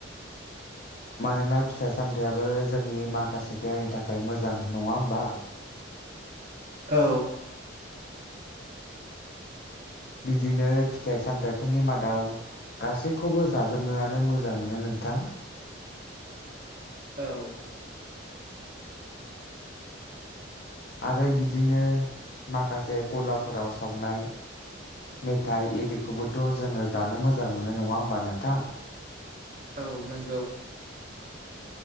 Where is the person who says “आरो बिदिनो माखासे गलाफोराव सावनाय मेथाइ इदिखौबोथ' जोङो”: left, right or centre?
Left